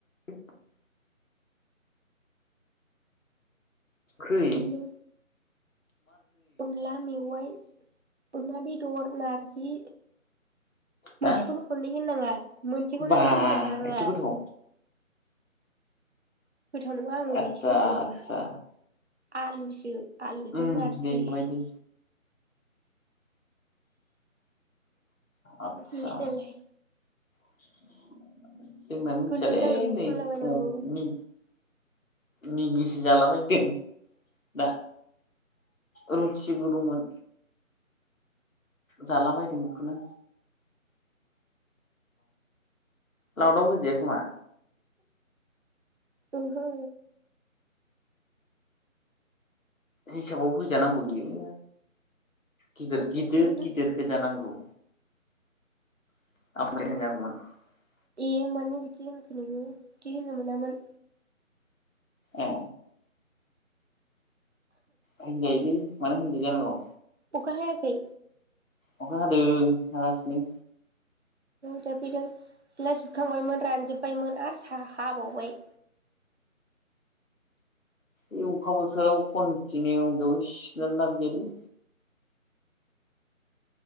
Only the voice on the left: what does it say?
<inaudible> खै
हा
बा
एथ' गोथाव
आतसा
आतसा
उम
दे जाबाय दे आतसा
<inaudible> जोंना मिथियालै
नै
फुंनि मेगिसो जालाबायदों दा रुथिबो दंमोन जालाबायदों बेखौनो लावदाव होजाया खोमा?
हिसाबाव होजानांगौ बियो गिदिर
गिदिर गिदिर होजानांगौ <unintelligible>
ए होनजायोलै मानो होनजाया जानांगौ
अखा हादों हागासिनो।
बे अखा बोथोराव कन्टिनिउ बेयाव सिबनानै लाबागैयालै